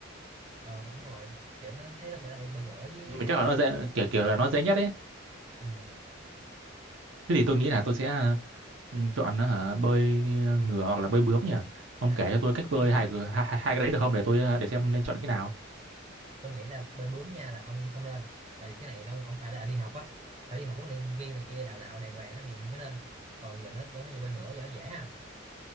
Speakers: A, on the right; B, on the right.
A: ờ đúng rồi kiểu nó thấy tao bơi bơi, bơi ngửa với
B: nhưng mà
A: ấy
B: chắc là
A: là
B: nó
A: nó
B: dễ kiểu kiểu là nó dễ nhất ấy
A: ừ.
B: thế thì tôi nghĩ là tôi sẽ ừ, chọn hả, bơi ngửa hoặc là bơi bướm nhỉ ông
A: à
B: kể cho tôi cách bơi
A: bơi bướm
B: hai, hai hai hai cái đấy được không để tôi ờ, để xem
A: ừ.
B: nên chọn cái nào
A: tôi nghĩ là bơi bướm nha là ông không nên tại vì cái này nó ông phải là đi học á phải đi học huấn luyện viên này kia đào tạo đàng hoàng á thì mới nên còn giờ nói nói về bơi ngửa cho nó dễ ha